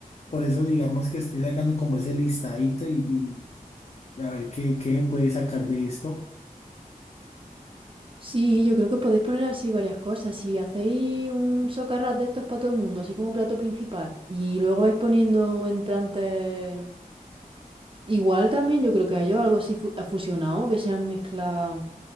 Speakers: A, on the left (about 45°); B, on the right (about 35°).
A: Por eso digamos que estoy sacando como ese listadito y, a ver, ¿qué, qué puede sacar de esto?
B: Sí, yo creo que podéis poner así varias cosas. Si hacéis un socarrat de estos para todo el mundo, así como plato principal, y luego vais poniendo entrantes, igual también yo creo que a ellos algo así fu- eh, fusionado, que sean mezcla